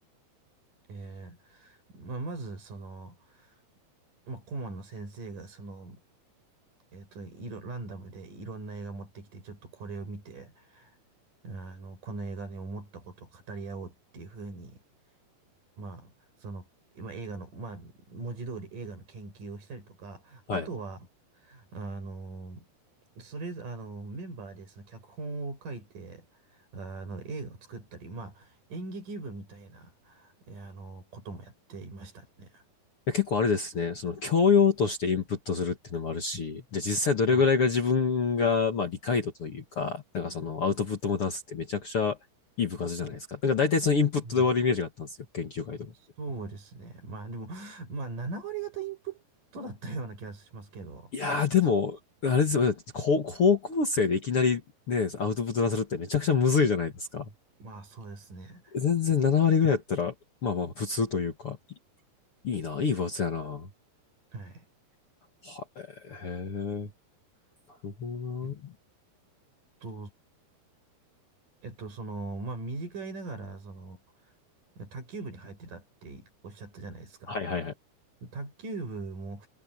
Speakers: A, on the right (about 50°); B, on the left (about 55°).
A: えーまあ、まず、その、まあ、顧問の先生が、その、えっと、いろ、ランダムでいろんな映画持ってきて、ちょっとこれを見て、あの、この映画で思ったことを語り合おうっていう風に、まあ、その、今映画の、まあ、文字通り映画の研究をしたりとか、あとは、
B: はい
A: あの、それ、あの、メンバーでその脚本を書いて、あの、映画を作ったり、まあ、演劇部みたいな、えあの、こともやっていましたね。
B: や結構あれですね、その教養としてインプットするっていうのもあるし、じゃあ実際どれぐらいが自分が、
A: はい。
B: まあ理解度というか、なんかそのアウトプットも出すってめちゃくちゃいい部活じゃないですか。なんか大体そのインプットで終わるイメージがあったんですよ、
A: そうです
B: 研究会とか。
A: そうですね。まあでも、<laughs> まあ7割方インプットだったような気がしますけど。
B: いやーでも、あれですよ、高高校生でいきなりね、アウトプット出せるってめちゃくちゃむずいじゃないですか。
A: まあそうですね。
B: 全然7割ぐらいやったら、まあまあ普通というか、いいな、いい部活やな。は
A: はい。
B: い、へえ、なるほどな。
A: えっと、えっと、その、まあ短いながら、その、卓球部に入ってたっておっしゃったじゃないですか。
B: はいはいはい。
A: 卓球部も、